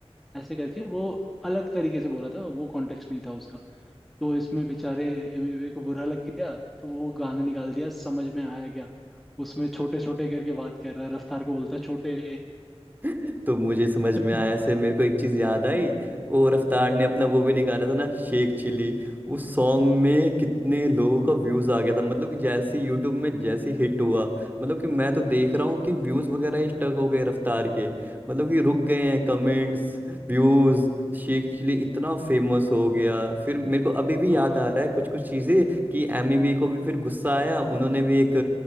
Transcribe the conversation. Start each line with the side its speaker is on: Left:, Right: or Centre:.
Centre: ऐसे करके वो अलग तरीके से बोला था वो कॉन्टेक्स्ट नहीं था उसका तो इसमें बेचारे एमिवे को बुरा लग गया तो वो गाना निकाल दिया समझ में आया क्या उसमें छोटे छोटे करके बात कर रहा है रफ्तार को बोलता है छोटे
Right: <laughs> तो मुझे समझ
Centre: <laughs>
Right: में आया ऐसे मेरे को एक चीज याद आई वो रफ्तार ने अपना वो भी निकाला था ना शेख चिली उस सॉन्ग में कितने लोगों का व्यूज आ गया था मतलब कि जैसे यूट्यूब में जैसे हिट हुआ मतलब कि मैं तो देख रहा हूँ कि व्यूज वगैरह ही स्टक हो गए रफ्तार के मतलब कि रुक गए हैं कमेंट्स व्यूज शेख चिली इतना फेमस हो गया फिर मेरे को अभी भी
Centre: हाँ
Right: याद आ रहा है कुछ कुछ चीजें कि एमी वी को भी फिर गुस्सा आया उन्होंने भी एक